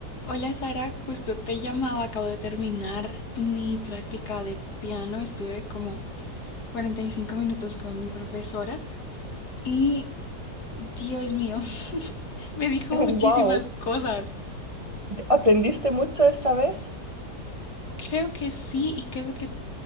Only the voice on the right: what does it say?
<laughs>
Wow,
¿aprendiste mucho esta vez?